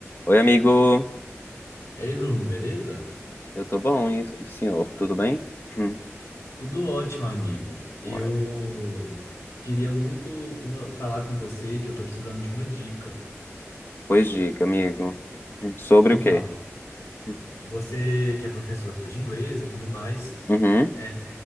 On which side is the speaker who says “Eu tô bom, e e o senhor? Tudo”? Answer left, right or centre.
Left